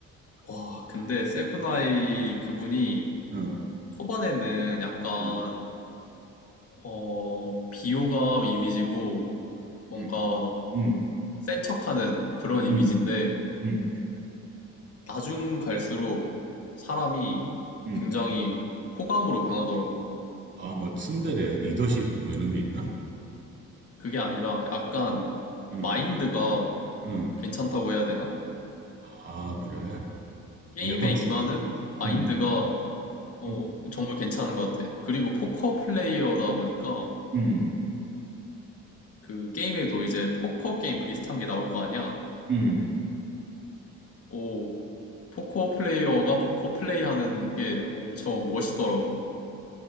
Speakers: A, on the left; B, on the right.
A: 와, 근데 세븐아이 그분이
B: 응,
A: 초반에는 약간,
B: 응,
A: 어, 비호감 이미지고 뭔가
B: 응, 응,
A: 센 척하는 그런 이미지인데,
B: 응, 응,
A: 나중 갈수록 사람이
B: 응.
A: 굉장히 호감으로 변하더라고.
B: 아, 뭐, 츤데레야? 리더십, 뭐, 이런 게 있나?
A: 그게 아니라 약간
B: 응, 응,
A: 마인드가
B: 응.
A: 괜찮다고 해야 되나?
B: 아, 그래.
A: 게임에
B: 약간
A: 임하는
B: 쿨,
A: 마인드가
B: 음,
A: 어,
B: 음,
A: 정말 괜찮은 것 같아. 그리고 포커 플레이어다 보니까
B: 음,
A: 그 게임에도 이제 포커 게임 비슷한 게 나올 거 아니야?
B: 음.
A: 오, 포커 플레이어가 포커 플레이 하는 게 엄청 멋있더라고.